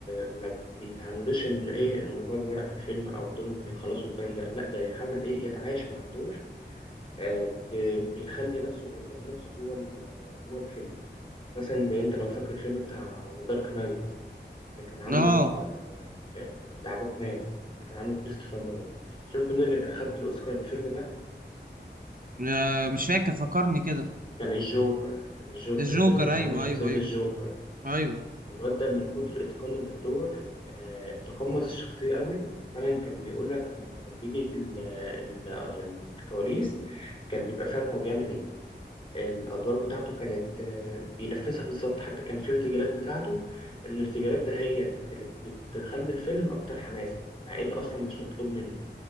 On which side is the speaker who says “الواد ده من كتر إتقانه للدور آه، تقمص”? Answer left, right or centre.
Left